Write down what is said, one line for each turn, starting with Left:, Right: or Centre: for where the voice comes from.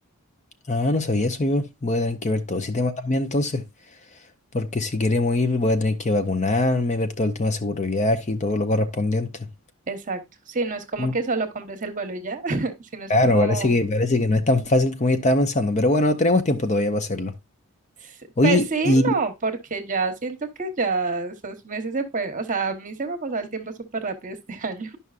Left: Ah, no sabía eso yo. Voy a tener que ver todo ese tema también entonces, porque si queremos ir voy a tener que vacunarme, ver todo el tema de seguro de viaje y todo lo correspondiente.
Right: Exacto. Sí, no es como
Left: Mm.
Right: que solo compres el vuelo y ya, <laughs> sino es
Left: Claro,
Right: como,
Left: parece que, parece que no es tan fácil como yo estaba pensando, pero bueno, tenemos tiempo todavía para hacerlo.
Right: s-
Left: Oye,
Right: pues sí,
Left: y
Right: no, porque ya siento que ya esos meses se pueden, o sea, a mí se me ha pasado el tiempo súper rápido este <laughs> año.